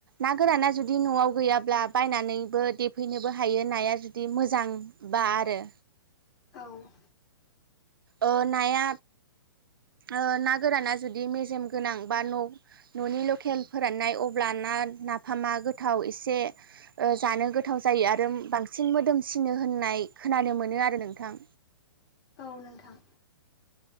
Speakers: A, on the right; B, on the left.
A: ना गोराना जुदि न'आव गैयाब्ला बायनानैबो देफैनोबो हायो नाया जुदि मोजांबा आरो
B: औ
A: ओ नाया ओ ना गोराना जुदि मेजेम गोनां बा न' न'नि लकेल फोराननाय अब्ला ना नाफामा गोथाव एसे ओ जानो गोथाव जायो आरो बांसिन मोदोमसिनो होननाय खोनानो मोनो आरो नोंथां।
B: औ नोंथां